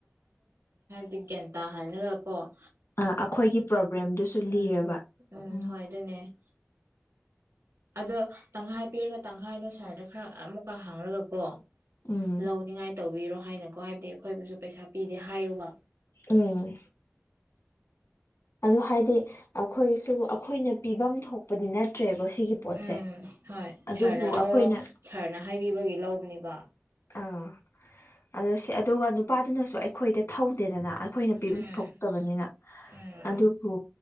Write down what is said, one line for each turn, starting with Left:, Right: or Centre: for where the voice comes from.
Right: ꯕꯤꯒ꯭ꯌꯥꯟ ꯇꯥ ꯍꯥꯏꯅꯒꯀꯣ
Left: ꯑꯥ ꯑꯩꯈꯣꯏꯒꯤ ꯄ꯭ꯔꯣꯕ꯭ꯂꯦꯝꯗꯨꯁꯨ
Right: ꯎꯝ
Left: ꯂꯤꯔꯕ ꯎꯝ
Right: ꯍꯣꯏ ꯑꯗꯨꯅꯦ ꯑꯗꯣ ꯇꯪꯈꯥꯏ ꯄꯤꯔꯒ ꯇꯪꯈꯥꯏꯗꯣ ꯁꯔꯗ ꯈꯔ ꯑꯃꯨꯛꯀ ꯍꯥꯡꯉꯒ ꯀꯣ
Left: ꯎꯝ
Right: ꯂꯧꯅꯤꯡꯉꯥꯏ ꯇꯧꯕꯤꯔꯣ ꯍꯥꯏꯅꯀꯣ ꯍꯥꯏꯕꯗꯤ ꯑꯩꯈꯣꯏꯕꯨꯁꯨ ꯄꯩꯁꯥ ꯄꯤꯔ ꯍꯥꯏꯌꯨꯕ
Left: ꯎꯝ ꯑꯗꯨ ꯍꯥꯏꯗꯤ ꯑꯩꯈꯣꯏꯁꯨ ꯑꯩꯈꯣꯏꯅ ꯄꯤꯐꯝ ꯊꯣꯛꯄꯗꯤ ꯅꯠꯇ꯭ꯔꯦꯕ ꯁꯤꯒꯤ ꯄꯣꯠꯁꯦ
Right: ꯎꯝ ꯍꯣꯏ
Left: ꯑꯗꯨꯕꯨ
Right: ꯁꯥꯔꯅ ꯂꯧꯔꯣ
Left: ꯑꯩꯈꯣꯏꯅ
Right: ꯁꯥꯔꯅ ꯍꯥꯏꯕꯤꯕꯒꯤ ꯂꯧꯕꯅꯦꯕ
Left: ꯑꯥ ꯑꯗꯨꯣ ꯁꯤ ꯑꯗꯨꯒ ꯅꯨꯄꯥꯗꯨꯅꯁꯨ ꯑꯩꯈꯣꯏꯗ ꯊꯧꯗꯦꯗꯅ ꯑꯩꯈꯣꯏꯅ ꯄꯤꯐꯝ
Right: ꯎꯝ
Left: ꯊꯣꯛꯇꯕꯅꯤꯅ
Right: ꯎꯝ
Left: ꯑꯗꯨꯕꯨ